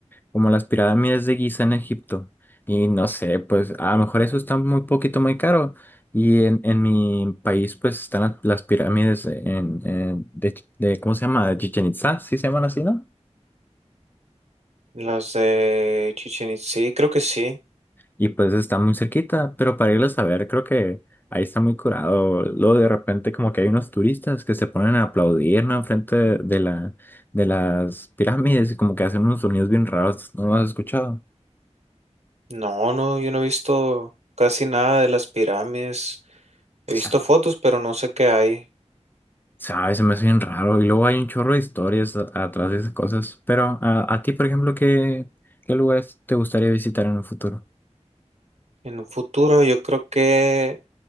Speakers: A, on the left; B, on the right.
A: como las pirámides de Giza en Egipto y no sé, pues a lo mejor eso está muy poquito, muy caro y en, en mi país pues están las, las pirámides en, en- de, Ch- de, ¿cómo se llama? De Chichen Itzá, sí se llaman así, ¿no?
B: Las de Chichen Itza, sí, creo que sí.
A: Y pues está muy cerquita, pero para irlos a ver, creo que ahí está muy curado. Luego de repente como que hay unos turistas que se ponen a aplaudir, ¿no? Enfrente de de la, de las pirámides y como que hacen unos sonidos bien raros. ¿No lo has escuchado?
B: No, no, yo no he visto casi nada de las pirámides. He visto
A: Sa-
B: fotos, pero no sé qué hay.
A: ¿Sabes? Se me hace bien raro. Y luego hay un chorro de historias a- atrás de esas cosas. Pero a, a ti, por ejemplo, ¿qué, qué lugares te gustaría visitar en un futuro?
B: En un futuro, yo creo que